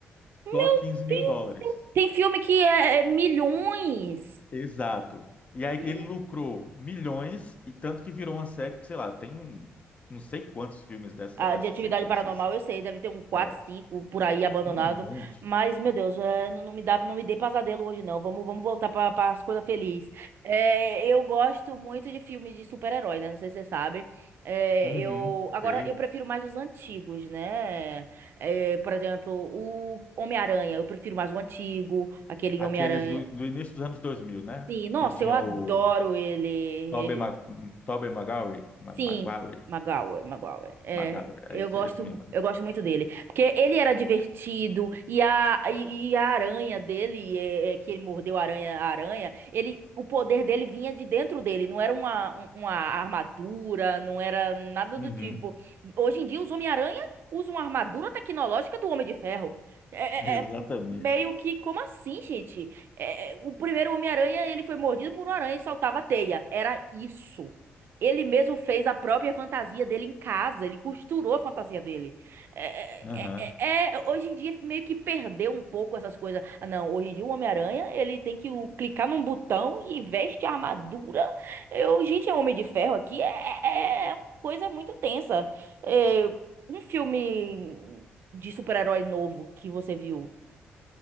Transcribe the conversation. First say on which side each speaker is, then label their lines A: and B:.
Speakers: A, on the right; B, on the left.
A: Meu
B: só 15 mil
A: Deus!
B: dólares.
A: Tem filme que é, é milhões.
B: Exato. E aí
A: Meu
B: ele lucrou milhões, e tanto que virou uma série que, sei lá, tem um, não sei quantos filmes dessa,
A: Ah,
B: dessa
A: de atividade
B: sequência
A: paranormal,
B: assim.
A: eu sei, deve ter um quatro
B: É,
A: 5 por aí abandonado.
B: tem um monte.
A: Mas, meu Deus, é, não, não me dá, não me dê pesadelo hoje, não. Vamos, vamos voltar para as coisas felizes. É, eu gosto muito de filme de super-herói, né? Não sei se você sabe. É,
B: Uhum,
A: eu, agora,
B: sei.
A: eu prefiro mais os antigos, né? É, por exemplo, o Homem-Aranha. Eu prefiro mais o antigo, aquele
B: Aqueles
A: Homem-Aranha.
B: do, do início dos anos dois mil né?
A: Sim, nossa,
B: Que tinha
A: eu adoro
B: o
A: ele.
B: Tobey Mag, Tobey Maguire, Ma-
A: Sim,
B: Maguire,
A: Magal, Magal. É,
B: Maguire,
A: eu
B: é esse,
A: gosto,
B: esse mesmo aí.
A: eu gosto muito dele, porque ele era divertido e a, e, e a aranha dele, é, é, que ele mordeu a aranha, a aranha, ele, o poder dele vinha de dentro dele, não era uma, um- uma armadura, não era nada
B: Uhum,
A: do tipo. Hoje em dia os Homem-Aranha usam a armadura tecnológica do Homem de Ferro. É,
B: <laughs> exatamente.
A: é- é meio que, como assim, gente? É, é, o primeiro Homem-Aranha, ele foi mordido por uma aranha e saltava teia. Era isso. Ele mesmo fez a própria fantasia dele em casa, ele costurou a fantasia dele. É,
B: Uhum.
A: é- é- é- é, hoje em dia meio que perdeu um pouco essas coisas. Ah, não, hoje em dia o Homem-Aranha, ele tem que o- clicar num botão e veste a armadura. Eu, gente, é Homem de Ferro aqui, é, é- é uma coisa muito tensa. É, um filme de super-herói novo que você viu,